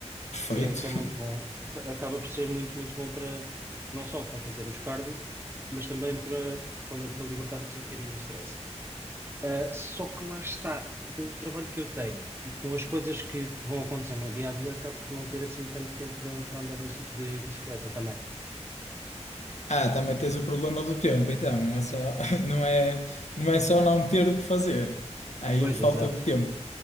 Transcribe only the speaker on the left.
Perfeito.
<laughs>
Ah, também tens o problema do tempo, então. Não é só, <laughs> não é, não é só não ter o que fazer. Há Aí
falta
de tempo.